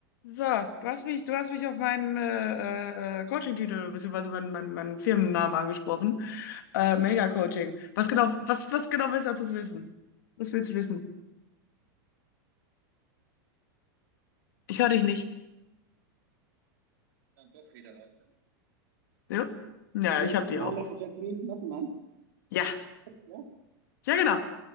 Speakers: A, on the left; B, on the right.
A: So, du hast mich, du hast mich auf meinen äh, äh, äh, Coaching-Titel beziehungsweise meinen, meinen, meinen Firmennamen angesprochen. Äh, Mega-Coaching. Was genau, was, was genau willst du dazu wissen? Was willst du wissen? Ich höre dich nicht.
B: Dann doch wieder raus damit.
A: Ja? Ja,
B: Ähm,
A: ich hab die
B: Name
A: auch auf.
B: Jacqueline Nottelmann.
A: Ja,
B: Ja,
A: ja, genau.